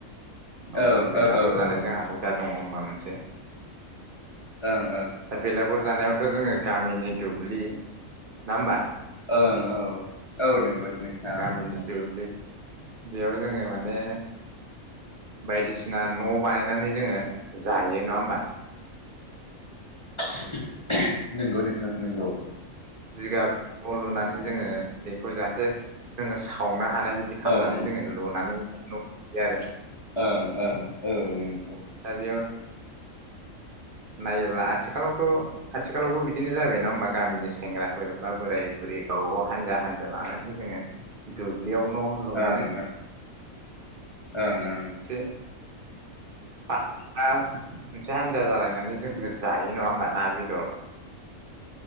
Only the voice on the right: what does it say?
औ
बेलागुर
जानाय
जोंहा हुदा दङ होमबा मोनसे
दा बेलागुर जानायाव दा जोङो गामिनि दुब्लि ना होमबा,
गामिनि दुब्लि बेयाव जोङो माने बायदिसिना न' बानायनानै जोङो जायो नङा होमबा,
बिगाब लुनानै जोङो बेखौ जाहाथे जोङो सावना, हानाय बिदि खालामनानै
जोङो लुनानै, <unintelligible> आरो
आरो नायोब्ला आथिखालावथ आथिखालावबो बिदिनो जाबाय नङा होमबा गामिनि सेंग्राफोर बा बोराय बुरै गावबा गाव हानजा हानजा लानानै जोंङो दुब्लियाव न लुनानै
एसे
<unintelligible> मोनसे हानजा जालायनानै जोङो जायो नङा होमबा ना बेदर